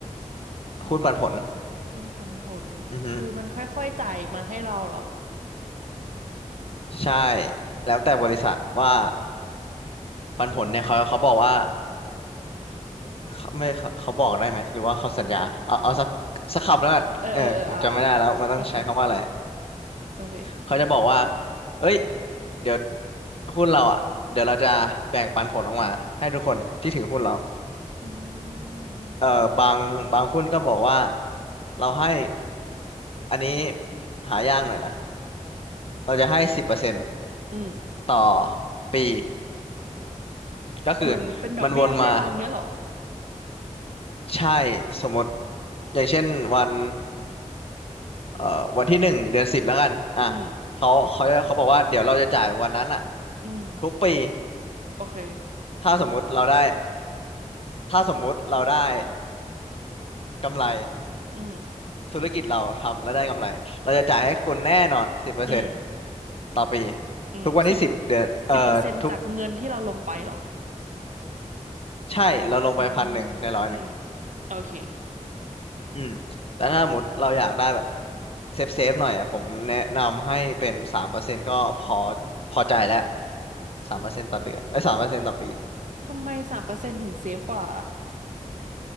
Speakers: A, on the left (about 45°); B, on the right (about 70°).
A: หุ้นปันผล
B: หุ้นปันผลคือมันค่อยๆจ่ายมาให้เราเหรอ
A: อือฮึใช่แล้วแต่บริษัทว่าปันผลเนี่ยเขาเขาบอกว่าเขาไม่เขาเขาบอกได้ไหมหรือว่าเขาสัญญาเอาเอาสักสักคำแล้วกันเออผมจำไม่ได้แล้วมันต้องใช้คำว่าอะไร
B: เออเออเอออ่ะอ่ะอืมอืมโอเค
A: เขาจะบอกว่าเอ้ยเดี๋ยวหุ้นเราอ่ะเดี๋ยวเราจะแบ่งปันผลออกมาให้ทุกคนที่ถือหุ้นเรา
B: อืม
A: เอ่อบางบางหุ้นก็บอกว่าเราให้อันนี้หายากหน่อยนะเราจะให้สิบเปอร์เซ็นต์
B: อืม
A: ต่อปีก็คือ
B: เหมือนเป็นดอกเบี้ยให้เราเงี้ยเหรอ
A: มันวนมาใช่สมมติอย่างเช่นวันเอ่อวันที่หนึ่งเดือนสิบแล้วกันอ่ะ
B: อืม
A: เขาเขาเขาบอกว่าเดี๋ยวเราจะจ่ายวันนั้นอะ
B: อืม
A: ทุกปี
B: โอเค
A: ถ้าสมมุติเราได้ถ้าสมมุติเราได้กำไร
B: อืม
A: ธุรกิจเราทำแล้วได้กำไรเราจะจ่ายให้คุณแน่นอนสิบเปอร์เซ็นต์
B: อืม
A: ต่อปี
B: อืมสิบ
A: ทุกวันที่สิบเดือนเอ่อทุก
B: สิบเปอร์เซ็นต์จากเงินที่เราลงไปเหรอ
A: ใช่เราลงไปพันหนึ่งในร้อยหนึ่ง
B: อืมอืมโอเค
A: อืมแต่ถ้าสมมติเราอยากได้แบบเซฟเซฟหน่อยอ่ะผมแนะนำให้เป็นสามเปอร์เซ็นต์ก็พอพอใจแล้วสามเปอร์เซ็นต์ต่อเดือนไอ้สามเปอร์เซ็นต์ต่อปี
B: ทำไมสามเปอร์เซ็นต์ถึงเซฟกว่า